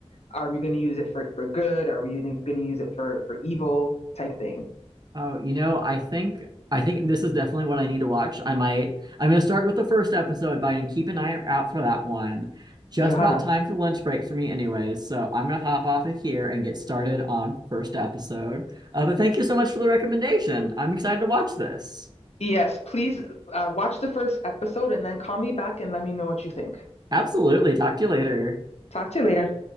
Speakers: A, on the left; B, on the right.
A: are we going to use it for, for good? Are we going to use it for, for evil type thing?
B: Oh, you know, I think I think this is definitely what I need to watch. I might I'm gonna start with the first episode, but I can keep an eye out for that one. Just
A: Yeah.
B: about time for lunch break for me anyways, so I'm gonna hop off of here and get started on first episode. Uh, but thank you so much for the recommendation. I'm excited to watch this.
A: Yes, please uh, watch the first episode and then call me back and let me know what you think.
B: Absolutely. Talk to you later.
A: Talk to you later.